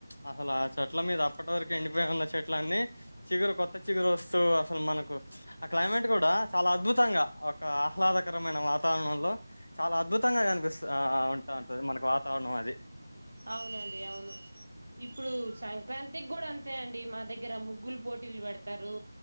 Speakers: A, on the left; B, on the right.
A: అసలు ఆ చ అట్ల మీద అప్పటి వరకు ఎండిపోయి ఉన్న చెట్ల అన్నీ చిగురు కొత్త చిగురు వస్తూ అసలు మనకు ఆ క్లైమేట్ కూడా చాలా అద్భుతంగా ఒక ఆహ్లాదకరమైన వాత్ తారణంలో చాలా అద్భుతంగా కనిపిస్త ఆ ఉంటా ఉంటుంది మనకి వాతావరణం అది
B: అవునండి అవును ఇప్పుడు సంక్రాంతికి కూడా అంతే అండి మా దగ్గర ముగ్గులు పోటీలు పెడతారు